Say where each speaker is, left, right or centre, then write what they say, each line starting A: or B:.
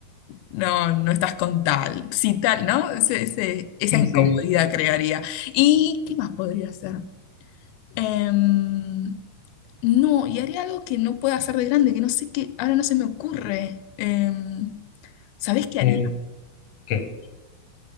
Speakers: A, on the left; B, on the left.
A: no, no estás con tal? Si tal, ¿no? Ese- ese- esa
B: Sí,
A: incomodidad
B: sí.
A: crearía. ¿Y qué más podría hacer? Em, no, y haría algo que no pueda hacer de grande, que no sé qué, ahora no se me ocurre. Em, ¿sabés qué haría?
B: Eh, ¿qué?